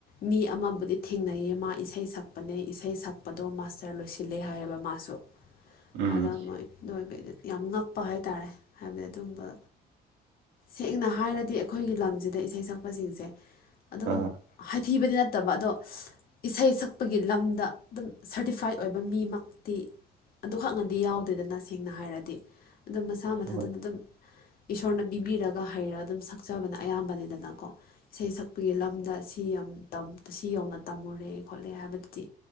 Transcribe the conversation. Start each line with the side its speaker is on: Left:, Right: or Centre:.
Left: ꯃꯤ ꯑꯃꯕꯨꯗꯤ ꯊꯦꯡꯅꯩꯌꯦ ꯃꯥ ꯏꯁꯩ ꯁꯛꯄꯅꯦ ꯏꯁꯩ ꯁꯛꯄꯗꯣ ꯃꯥꯁꯇꯔ ꯂꯣꯏꯁꯤꯜꯂꯦ ꯍꯥꯏꯌꯦꯕ ꯃꯥꯁꯨ꯫
Right: ꯎꯝ
Left: ꯑꯗ ꯃꯣꯏ ꯑꯗꯨ ꯑꯣꯏꯕꯩ ꯌꯥꯝ ꯉꯛꯄ ꯍꯥꯏ ꯇꯔꯦ ꯍꯥꯏꯕꯗꯤ ꯑꯗꯨꯝꯕ ꯁꯦꯡꯅ ꯍꯥꯏꯔꯗꯤ ꯑꯩꯈꯣꯏꯒꯤ ꯂꯝꯁꯤꯗ ꯏꯁꯩ ꯁꯛꯄꯁꯤꯡꯁꯦ ꯑꯗꯨꯝ
Right: ꯑꯥ
Left: ꯍꯥꯏꯊꯤꯕꯗꯤ ꯅꯠꯇꯕ ꯑꯗꯣ ꯏꯁꯩ ꯁꯛꯄꯒꯤ ꯂꯝꯗ ꯑꯗꯨꯝ ꯁꯔꯇꯤꯐꯥꯏꯠ ꯑꯣꯏꯕ ꯃꯤꯃꯛꯇꯤ ꯑꯗꯨ ꯍꯛꯅꯗꯤ ꯌꯥꯎꯗꯦꯗꯅ ꯁꯦꯡꯅ ꯍꯥꯏꯔꯗꯤ ꯑꯗꯨꯝ ꯃꯁꯥ ꯃꯊꯟꯗꯅ
Right: ꯍꯣꯏ
Left: ꯑꯗꯨꯝ ꯏꯁꯣꯔꯅ ꯄꯤꯕꯤꯔꯒ ꯍꯩꯔꯒ ꯑꯗꯨꯝ ꯁꯛꯆꯕꯅ ꯑꯌꯥꯝꯕꯅꯤꯗꯅꯀꯣ꯫ ꯏꯁꯩ ꯁꯛꯄꯒꯤ ꯂꯝꯗ ꯁꯤ ꯌꯥꯝ ꯇꯝ ꯁꯤ ꯌꯧꯅ ꯇꯝꯃꯨꯔꯦ ꯈꯣꯠꯂꯦ ꯍꯥꯏꯕꯗꯨꯗꯤ